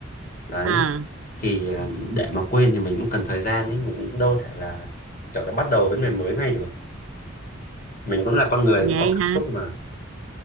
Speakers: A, on the left; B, on the right.
A: đấy
B: ờ
A: thì ờ, để mà quên thì mình cũng cần thời gian ấy, mình cũng đâu thể là kiểu là bắt đầu với người mới ngay được. Mình cũng là con người
B: vậy
A: cũng có cảm
B: hả
A: xúc mà.